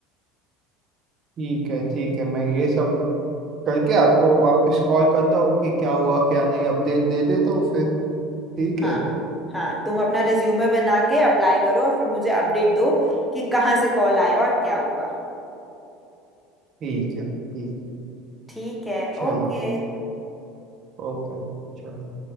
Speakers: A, on the right; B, in the centre.
A: ठीक है ठीक है मैं ये सब करके आपको वापस कॉल करता हूँ कि क्या हुआ क्या नहीं अपडेट दे दे तो फिर ठीक
B: हाँ
A: है
B: हाँ तुम अपना रिज्यूमे बना के अप्लाई करो और फिर मुझे अपडेट दो कि कहाँ से कॉल आया और क्या हुआ
A: ठीक है ठीक है
B: ठीक है
A: चलो
B: ओके
A: ओके चलो